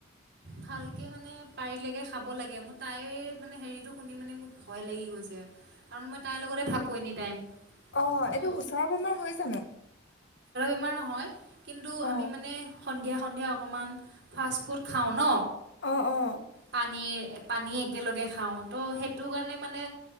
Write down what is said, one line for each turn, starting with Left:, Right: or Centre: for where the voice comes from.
Right: ভালকে মানে পাৰিলেকে খাব লাগে মোৰ তাই মানে হেৰিটো শুনি মানে মোৰ ভয় লাগি গৈছে কাৰণ মই তাইৰ লগতে থাকোঁ এনি টাইম।
Left: অ
Right: তো
Left: এইটো খুচৰা বেমাৰ হৈ জানো?
Right: আমাৰ নহয় কিন্তু
Left: অ',
Right: আমি মানে সন্ধিয়া সন্ধিয়া অকণমান ফাষ্ট ফুড খাওঁ ন।
Left: অ', অ',
Right: পানীৰ পানী একেলগে খাওঁ ত' সেইটো কাৰণে মানে